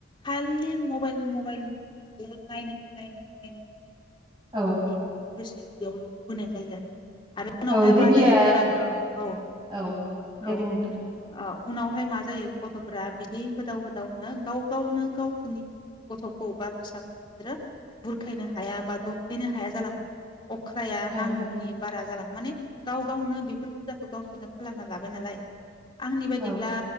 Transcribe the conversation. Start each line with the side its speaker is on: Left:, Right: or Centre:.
Left: खालि मबाइल मबाइल नायनो नायनो नायनो
Right: औ
Left: बि गोसोआ बेयावल' बोनाय जायो आरो। आरो उनावहाय
Right: औ जेथिया
Left: मा जायो बिमा औ औ
Right: औ दे
Left: औ
Right: बुं नोंथां
Left: औ उनावहाय मा जायो गथ'फोरा बिदि होदाव होदावनो गाव गावनो गावसोरनि गथ'खौ बा फिसाखौ बिसोरो बुरखायनो हाया बा दबथायनो हाया जालाङो। अख्राया
Right: औ
Left: नांगौनि बारा जालांङो। माने गाव गावनो बेफोर हुदाखौ गावसोरनो खालामनानै लाबाय नालाय आंनि बायदिब्ला
Right: औ